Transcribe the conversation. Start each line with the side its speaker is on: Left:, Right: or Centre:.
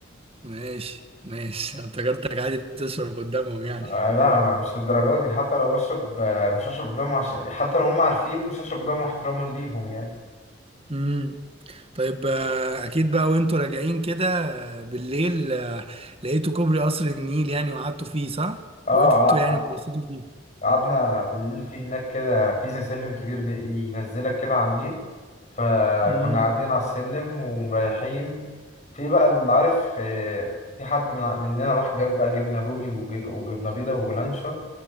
Right: ماشي ماشي أنا افتكرتك عادي بتشرب قدامهم يعني
Left: آه لا مش للدرجة دي حتى لو بشرب آه، مش هشرب قدامهم عشان حتى لو هم عارفين مش هشرب قدامهم احتراما ليهم يعني
Right: امم طيب آه، اكيد بقى وانتوا راجعين كده آه، بالليل آه، لقيتوا كوبري قصر النيل يعني وقعدتوا فيه صح
Left: اه
Right: وقفتوا
Left: ع-
Right: يعني
Left: ع-
Right: وبصيتوا فيه
Left: قعدنا بالليل في هناك كده في زي سلم كبير ن- ينزلك كده على النيل فكنا
Right: امم
Left: قاعدين على السلم ومريحين في بقى اللي عارف آه، في حد من ع- مننا راح جاب بقى جبنة رومي وجب وجبنة بيضة ولانشون